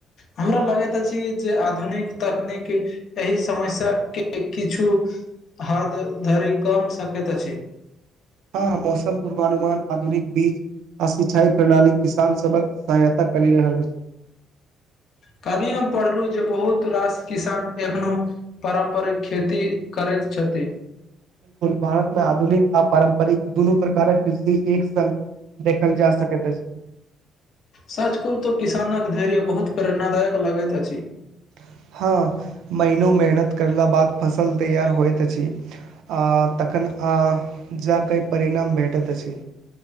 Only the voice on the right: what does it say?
हां मौसम पूर्वानुमान आधुनिक बीज आ सिंचाई प्रणाली किसान सभक सहायता करि रहल ऐछ।
भारतमे आधुनिक आ पारम्परिक दुनू प्रकारक कृषि एक संग देखल जा सकैत अछि।
<inaudible> हां महनो मेहनत करला बाद फसल तैयार होइत अछि आ तखन आ जा के परिणाम भेटैत अछि।